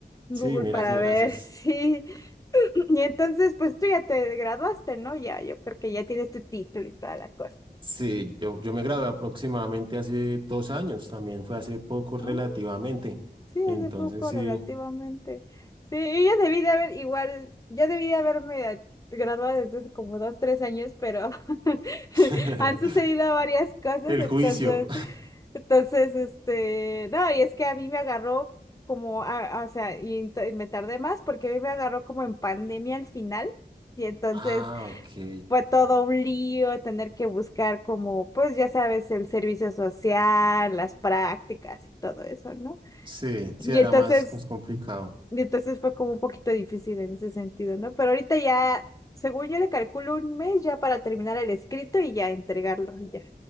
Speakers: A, on the left (about 20°); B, on the right (about 30°).
A: Google
B: Sí, mira,
A: para
B: si verás,
A: ver
B: es,
A: <laughs> si... <clears throat> Y entonces, pues tú ya te graduaste, ¿no? Ya, yo creo que ya tienes tu título y toda la cosa,
B: sí, yo, yo me gradué aproximadamente hace dos años, también fue hace poco
A: ¿no?
B: relativamente.
A: Sí,
B: Entonces,
A: hace poco
B: sí,
A: relativamente. Sí, yo ya debí de haber, igual, ya debí de haberme a- graduado desde hace como dos, tres años, pero <laughs>
B: <laughs>
A: han sucedido varias cosas,
B: el
A: entonces,
B: juicio.
A: entonces, este, no, y es que a mí me agarró como, a- a- o sea, y ent- y me tardé más porque a mí me agarró como en pandemia al final. Y entonces
B: Ah, ok.
A: fue todo un lío tener que buscar como, pues ya sabes, el servicio social, las prácticas y todo eso, ¿no?
B: Sí,
A: Y
B: sí, era
A: entonces
B: más, más complicado.
A: y entonces fue como un poquito difícil en ese sentido, ¿no? Pero ahorita ya, según yo le calculo un mes ya para terminar el escrito y ya entregarlo, y ya.